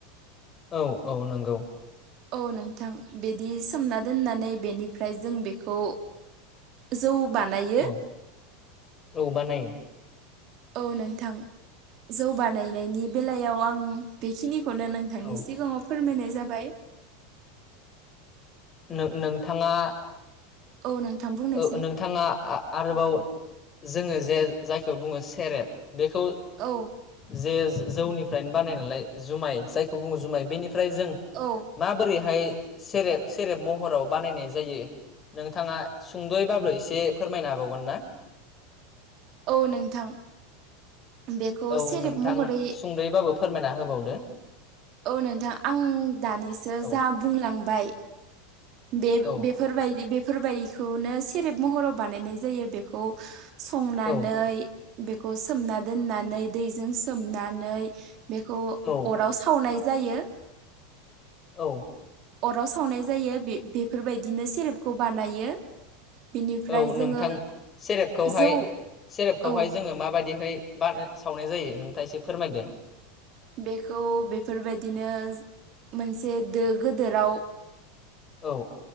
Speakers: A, on the left; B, on the right.
A: औ औ नंगौ।
B: औ नोंथां बिदि सोमना दोननानै बेनिफ्राय जों बेखौ जौ बानायो।
A: औ औ बानायो।
B: औ नोंथां जौ बानायनायनि बेलायाव आं बेखिनिखौ नोंथांनि
A: औ
B: सिगाङाव फोरमायनाय जाबाय।
A: नो-नो- नोंथाङा
B: औ नोंथां बुंनायसाय
A: ओ नोंथाङा आ-आरोबाव जोङो जाय-जायखौ बुङो सेरेब बेखौ
B: औ
A: जे जौनिफ्रायनो बानाय नालाय जुमाय जायखौ बुङो जुमाय बेनि ओमफ्राय जों
B: औ
A: माबोरैहाय सेरेब सेरेब महराव बानायनाय जायो नोंथाङा सुंद'यैब्लाबो एसे फोरमायनो हाबावगोनना।
B: औ नोंथां। बेखौ
A: औ
B: सेरेब
A: नोंथां
B: महरै
A: सुंदैबाबो फोरमायना होबावदो।
B: औ नोंथां आं दानिसो
A: औ
B: जा बुंलांबाय। बे
A: औ
B: बेफोर बायदि बेफोर बायदिखौनो सेरेब महराव बानायनाय जायो बेखौ संनानै
A: औ
B: बेखौ सोमना दोननानै दैजों सोमनानै बेखौ
A: औ
B: अराव सावनाय जायो।
A: औ
B: अराव सावनाय जायो बे बेफोर बायदिनो सेरेपखौ बानायो। बेनिफ्राय
A: औ
B: जोङो
A: नोंथां सेरेपखौहाय
B: जौ
A: सेरेपखौहाय
B: औ
A: जोङो माबायदिहाय सावनाय जायो नोंथाङा एसे फोरमायदो।
B: बेखौ बे बेफोर बायदिनो मोनसे दो गिदिराव।
A: औ।